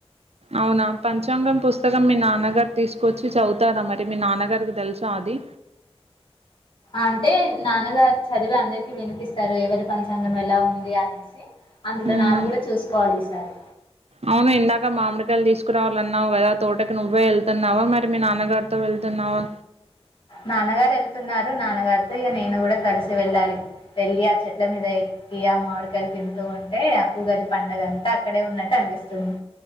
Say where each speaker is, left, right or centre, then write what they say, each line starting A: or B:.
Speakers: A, on the right; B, on the left.
A: అవునా పంచాంగం పుస్తకం మీ నాన్నగారు తీసుకొచ్చి చదవుతారా మరి మీ నాన్నగ గారికి తెలుసా అది
B: అంటే నాన్నగారు చదివి అందరికి వినిపిస్తారు ఎవరి పంచాంగం ఎలా ఉంది అనేసి అందులో
A: మ్మ్
B: నాది కూడా చూసుకోవాలి ఈసారి
A: అవును ఇందాక మామిడికాయలు తీసుకురావాలన్నావు కదా తోటకి నువ్వే వెళ్తున్నావా మరి మీ నాన్నగారితో వెళ్తున్నావా
B: నాన్నగారు వెళ్తున్నారు నాన్నగారు ఇక నేను కూడా కలిసి వెళ్ళాలి వెళ్ళి ఆ చెట్ల మీద ఎక్కి ఆ మామిడికాయలు తింటూ ఉంటే ఉగాది పండగ అంతా అక్కడే ఉన్నట్టు అనిపిస్తుంది